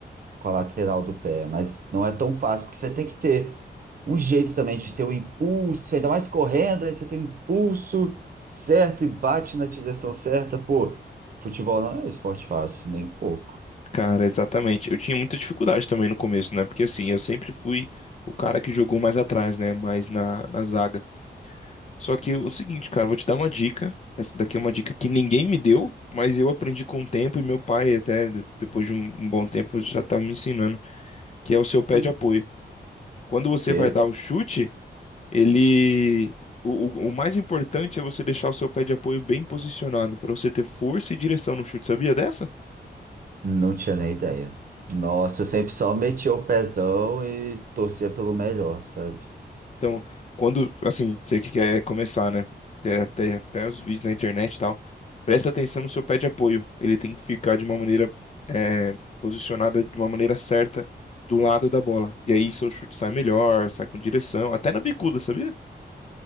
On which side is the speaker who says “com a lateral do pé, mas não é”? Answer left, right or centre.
Right